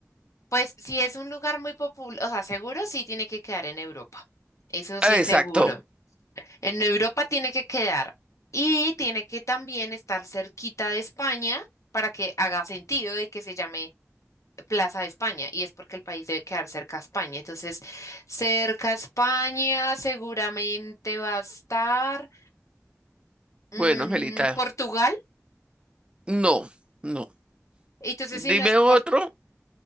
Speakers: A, on the left; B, on the right.
A: pues si es un lugar muy popular, o sea, seguro sí tiene que quedar en Europa. Eso
B: Ah,
A: sí,
B: Exacto.
A: seguro. En Europa tiene que quedar y tiene que también estar cerquita de España para que haga sentido de que se llame Plaza de España y es porque el país debe quedar cerca a España. Entonces, cerca a España seguramente va a estar mm,
B: Bueno, Angelita,
A: Portugal.
B: no, no.
A: Entonces, si
B: Dime
A: no es por,
B: otro,